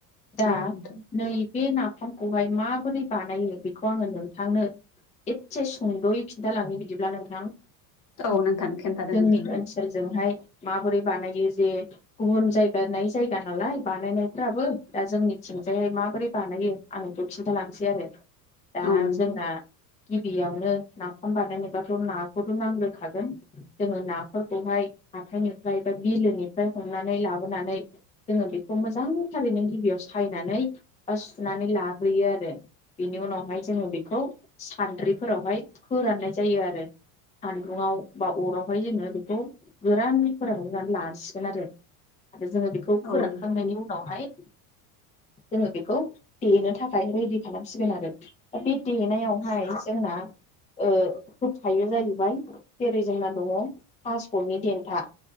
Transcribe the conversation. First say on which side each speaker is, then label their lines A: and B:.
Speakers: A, on the left (about 15°); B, on the left (about 40°).
A: दा
B: औ नोंथां औ नोंथां औ नोंथां
A: नैबे ना फामखौहाय माबोरै बानायो बेखौ आङो नोंथांनो एदसे सुंद'यै खिन्थालांनि बिदिब्ला नोंथां।
B: औ नोंथां खिन्थादो
A: जोंनि
B: नोंथाङा
A: ओनसोलजोंहाय माबोरै बानायो जे गुबुन जायगानाय जायगा नालाय बानायनायफ्राबो दा जोंनिथि थिंजायहाय माबोरै बानायो आं बेखौ खिन्थालांसै आरो। दा
B: औ नोंथां
A: जोंना गिबियावनो नाफाम बानायनोबाथ' नाखौथ' नांग्रोखागोन। जोङो नाफोरखौहाय हाथायनिफ्राय बा बिलोनिफ्राय हमनानै लाबोनानै जोङो बिखौ मोजांथारैनो गिबियाव सायनानै बा सुनानै लाग्रोयो आरो। बेनि उनावहाय जोङो बेखौ सान्द्रिफोरावहाय फोराननाय जायो आ आरो। सानदुङाव बा अरावहाय जोङो बेखौ गोरान फोरानग्रोनानै लानसिगोन आरो। आरो जोङो बेखौ फोरानखांनायनि
B: औ नोंथां
A: उनावहाय जोङो बेखौ देनो थाखाय रेडि खालामसिगोन आरो। दा बे देनायावहाय जोंना ओं होफायो जायो बाय जेरै जोंना दङ' पासप'नि देन्था।